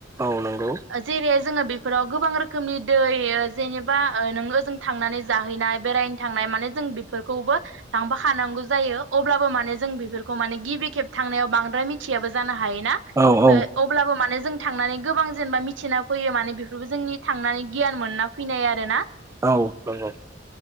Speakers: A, on the right (about 15°); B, on the right (about 80°).
A: औ नंगौ
B: जेरै जोङो बेफोराव गोबां रोखोमनि दै ओ जेनेबा नोंङो ओजों थांनानै जाहैनाय बेरायनो थांनाय माने जों बेफो फोरखौबो लांफा खानांगौ जायो अब्लाबो माने जों बेफोरखौ माने गिबि खेब थांनायाव बांद्राय मिथियाबो जानो हा हायोना
A: औ औ
B: ओ अब्लाबो माने जों थांनानै गोबां जेनेबा मिथिना फैयो माने बेफोरबो जोंनि थांनानै गियान मोनना फैनाय आरोना
A: औ नंगौ